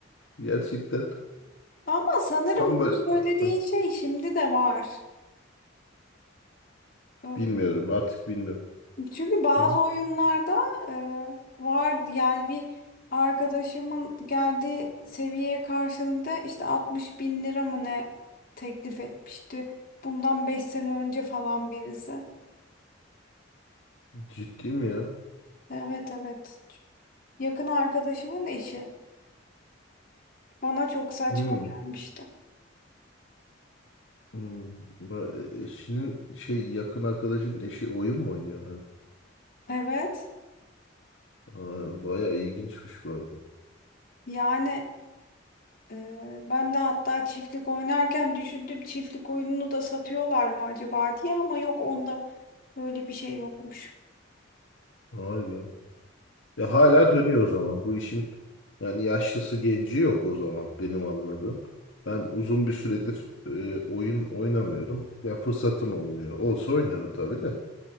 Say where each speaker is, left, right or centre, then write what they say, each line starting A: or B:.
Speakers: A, on the left; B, on the left.
A: Gerçekten
B: Ama sanırım
A: tam böyle
B: bu söylediğin
A: Ah,
B: şey şimdi de var. Ee,
A: bilmiyorum artık bilmiyorum.
B: Çünkü bazı
A: Hı hı.
B: oyunlarda e, vardı yani bir arkadaşımın geldiği seviyeye karşılığında işte 60 bin lira mı ne teklif etmişti. Bundan 5 sene önce falan birisi.
A: Ciddi mi ya?
B: Evet evet. Yakın arkadaşımın eşi. Bana çok saçma
A: Hı.
B: gelmişti.
A: Hı. Ya, e, Eşinin şey yakın arkadaşın eşi oyun mu oynuyor? Hani?
B: Evet.
A: Aa, bayağı ilginçmiş bu arada.
B: Yani Ee, ben de hatta çiftlik oynarken düşündüm çiftlik oyununu da satıyorlar mı acaba diye ama yok onda böyle bir şey yokmuş.
A: Vay be. Ya hala dönüyor o zaman. Bu işin yani yaşlısı genci yok o zaman benim anladığım. Ben uzun bir süredir e, oyun oynamıyorum. Ya fırsatım olmuyor. Olsa oynarım tabii de.